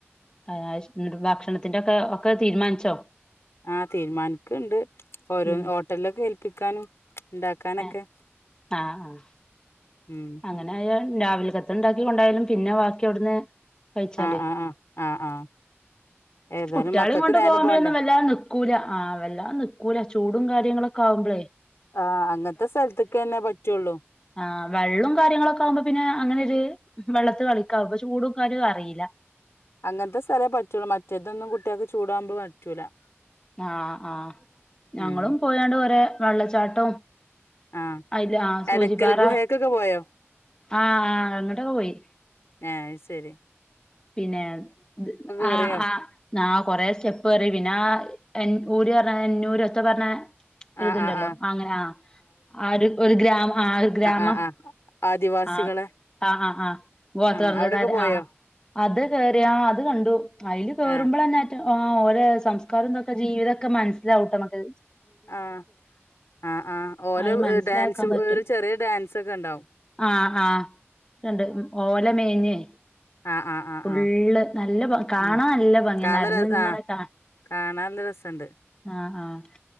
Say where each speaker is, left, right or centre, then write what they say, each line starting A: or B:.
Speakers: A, on the left; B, on the left.
A: ആഹ്. അഹ് ശ്. ന്നിട്ട് ഭക്ഷണത്തിൻ്റൊക്കെ ഒക്കെ തീരുമാനിച്ചോ?
B: ആഹ് തീരുമാനിക്ക്ണ്ട് ഓരോ
A: ഉം
B: ഹോട്ടൽലൊക്കെ ഏൽപ്പിക്കാനും. ഇണ്ടാക്കാനൊക്കെ,
A: ആഹ് ആഹ്
B: ഉം.
A: അങ്ങനെ ആയാ രാവിൽകത്തത് ഇണ്ടാക്കി കൊണ്ടായാലും പിന്നെ വാക്കി അവട്ന്ന് കയിച്ചാലേ.
B: ആഹ് ആഹ് ആഹ് ആഹ് ആഹ് ഏതായാലും
A: കുട്ട്യാളിം
B: മക്കൾക്ക്
A: കൊണ്ട്
B: നേരം
A: പോക്മ്പഴൊന്നും
B: പോണ്ടേ
A: വല്ലാതെ നിക് കൂല്ലാ. ആഹ് വെല്ലാം നിക്കൂല്ലാ ചൂടും കാര്യങ്ങളൊക്കെ ആവ്മ്പെളേ.
B: ആഹ് അങ്ങത്തെ സ്ഥൽത്ത്ക്കെന്നെ പറ്റൊള്ളൂ.
A: ആഹ് വെള്ളും കാര്യങ്ങളൊക്കെ ആവ്മ്പോ പിന്നെ അങ്ങനൊര് വെള്ളത്ത് കളിക്കാ അപ്പ ചൂടും കാരും അറീല്ലാ.
B: അങ്ങൻത്തെ സ്ഥലേ പറ്റൊള്ളൂ. മറ്റേതൊന്നും കുട്ട്യേക്ക് ചൂടാവ്മ്പ പറ്റൂല്ലാ.
A: ആഹ് ആഹ് ഞങ്ങളും
B: ഉം
A: പോയാണ്ട് കൊറെ വെള്ളച്ചാട്ടും
B: ആഹ്
A: അയ്ല് ആഹ് സൂചിപ്പാറ
B: എടക്കൽ ഗുഹേക്കൊക്കെ പോയോ
A: ആഹ് ആഹ് അങ്ങട്ടൊക്ക പോയി.
B: ആഹ് അയ് സെരി.
A: പിന്നെ ആഹ്
B: കേറിയോ
A: ആഹ് ന്നാ കൊറേ സ്റ്റെപ്പ് കേറി പിന്നാ എൻ ഊര് പർഞെ എന്നൂരോ എത്തോ പർഞെ, ഒര്
B: ആഹ്
A: ഇത് ഇണ്ടല്ലോ
B: ആഹ് ആഹ്
A: അങ്ങനെ ആഹ് ആ ഒര് ഒര് ഗ്രാമ ആഹ് ഒര് ഗ്രാമം
B: ആഹ് ആഹ് ആദിവാസികളെ
A: ആഹ് ആഹ് ആഹ് ആഹ് ഗോത്രവർഗ്ഗക്കാര്
B: ആഹ് അവിടൊക്കെ പോയോ
A: ആഹ്. അത് കേറി, ആഹ് അത് കണ്ടു അയില് കേറുമ്പളെന്നെ
B: ഏഹ്
A: മറ്റെ ആഹ് ഓലെ സം സ്ക്കാരും ഇതൊക്കെ ജീവിതൊക്കെ മനസ്സിലാവുട്ടൊ നമ്മക്ക്.
B: ആഹ് ആഹ് ആഹ് ഓലെ
A: അത് മനസ്സിലാക്കാൻ
B: ഏഹ് ഡാൻസ്
A: പറ്റും
B: ഒര് ചെറിയ ഡാൻസൊക്കെ ണ്ടാവും.
A: ആഹ് ആഹ് ഇണ്ട്. ഓല മേഞ്ഞെ
B: ആഹ് ആഹ് ആഹ്
A: ഫുള്ള്
B: ആഹ്
A: നല്ല ബ കാണാൻ
B: ഉം
A: നല്ല ബംഗിയാണ്
B: കാണ
A: നടന്ന് ഇങ്ങനെ
B: ആഹ്
A: കാ
B: കാണാൻ നല്ലാ രേസോണ്ട്
A: ആഹ് ആഹ്